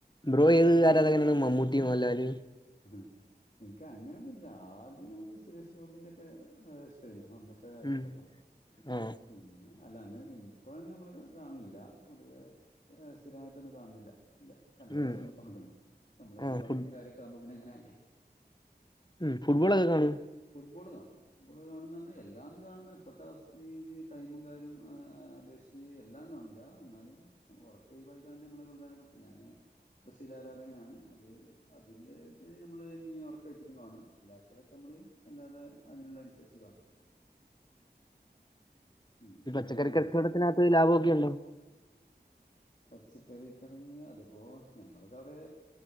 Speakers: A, on the left (about 25°); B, on the left (about 45°).
A: ബ്രോ ഏത് ആരാധകനാണ് മമ്മൂട്ടി മോഹൻലാല്?
B: ഉം ഇൻക്കങ്ങനൊന്നുല്ല ആദ്യം സ് സുരേഷ് ഗോപിൻ്റേക്കെ ഇഷ്‌ടേന്നു അന്നത്തെ കാലത്തൊക്കെട്ടോ.
A: ഉം ആ
B: പിന്നെ അല്ലാ അന്ന് ഇന്നിപ്പോഴൊന്നും അമ്മള് കാണലില്ലാ പൊതുവേ ഏഹ് സ്ഥിരമായിട്ടൊന്നും കാണ്ണില്ല ഇല്ല. കണ്ടതായിട്ടൊന്നും
A: ഉം
B: ഇപ്പൊ ഓർമ വര്ണില്ല നമ്മളക്കൂ
A: ആ
B: വറ്ക്കും
A: ഫുട്
B: കാര്യൊക്കാവുമ്പോ പിന്നെങ്ങനെ ആയീലേ.
A: മ് ഫുട്ബോളൊക്ക കാണോ?
B: ഫുട്ബോള് കാണും ഫുട്ബോള് കാണുന്നർഞ്ഞാ എല്ലാന്നും കാണുന്ന ഇപ്പത്തവസ് തീല് ടൈമും കാര്യോം ആഹ് ആഹ് അപേക്ഷിച്ച് എല്ലാം കാണൂല എന്നാലും നമ്മ ഒർക്കൊയിവായിക്കാണ്ട് അമ്മള് പ്രധാനപ്പെട്ട ഞാന് ബ്രസീലാരാധകനാണ് അത് അതിൻ്റേത് ഞമ്മള് ഇഞ്ഞ് ഒർക്കൊയിച്ചിട്ടും കാണും അല്ലാത്തതൊക്കെ നമ്മള് അല്ലാതെ അതിന്ള്ള അൻസര്ച്ച് കാണും. ഉം
A: ഈ
B: ഇങ്ങള്
A: പച്ചക്കറി
B: കാണൂലേ
A: കച്ചോടത്തിനകത്ത് ലാഭൊക്കെ ഉണ്ടോ?
B: പച്ചക്കറി കടേന്ന് അതിപ്പൊ ഞമ്മള്ക്കവടേ